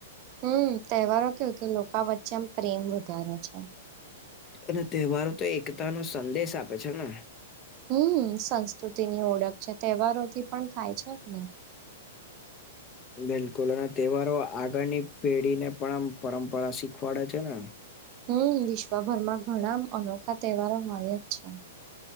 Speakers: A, on the right; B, on the left.
A: હમ તહેવારો કેવું કે, લોકો વચ્ચેમ પ્રેમ વધારે છે.
B: અને તહેવારો તો એકતા નો સંદેશ આપે છે ને
A: હમ સંસ્કૃતિ ની ઓળખ છે. તહેવારોથી પણ થાય છે, જ ને
B: બિલકુલ અને તહેવારો આગળની પેઢી ને પણ આમ પરંપરા શીખવાડે છે ને.
A: હમ વિશ્વભરમાં ઘણા અનોખા તહેવારોમાં જ છે.